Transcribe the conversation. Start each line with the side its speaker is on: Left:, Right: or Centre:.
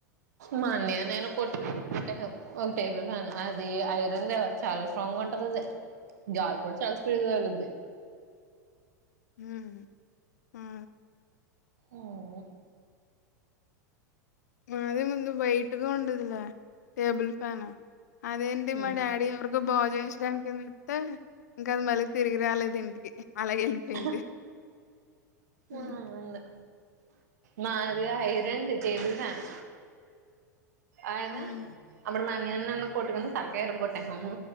Right: మా అన్నయ్య నేను కొట్టుకొని ఒక టేబుల్ ఫన్ అది ఐరన్ కదా చాలా స్ట్రాంగ్ గా ఉంటుం ద్ గాలి కూడా చాలా స్పీడ్ గా తగులుద్ది
Left: ఉమ్మ్ ఉ
Right: ఉమ్మ్
Left: మది ముందు వైట్గా ఉండదిల టేబుల్ ఫాన్ అదేంటి
Right: ఉమ్
Left: మా డాడీ ఎవరికో బాచేయించడానికి ఇస్తే ఇంకా అది మళ్ళీ తిరిగి రాలే ద్ ఇంటికి అలాగెళ్ళిపోయింది.
Right: హ
Left: హ్మ్.
Right: అవును మది ఐరన్ ది టేబుల్ ఫ్యాన్ అయినా
Left: హ్మ్.
Right: <unintelligible> నేను అన్నయ్య కొట్టుకొని తలకాయ కొట్టేసాము